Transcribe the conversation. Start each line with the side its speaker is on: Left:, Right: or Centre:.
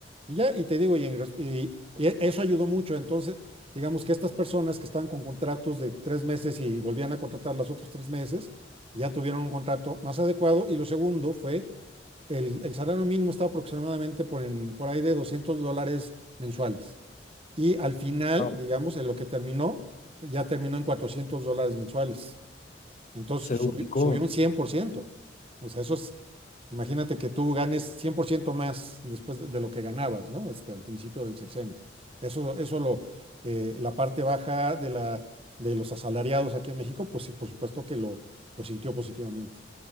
Right: y ya, y te digo, y, en res- y- y e- eso ayudó mucho. Entonces, digamos que estas personas que estaban con contratos de tres meses y volvían a contratar los otros tres meses, ya tuvieron un contrato más adecuado. Y lo segundo fue, el, el salario mínimo estaba aproximadamente por, en- por ahí de 200 dólares mensuales. Y al final,
Left: Wow,
Right: digamos, en lo que terminó, ya terminó en 400 dólares mensuales. Entonces
Left: se duplicó.
Right: subi- subió, un cien por ciento O sea, eso es, imagínate que tú ganes 100% más después de, de lo que ganabas, ¿no? Este, al principio del sexenio. Eso, eso lo, eh, la parte baja de la, de los asalariados aquí en México, pues sí, por supuesto que lo, lo sintió positivamente.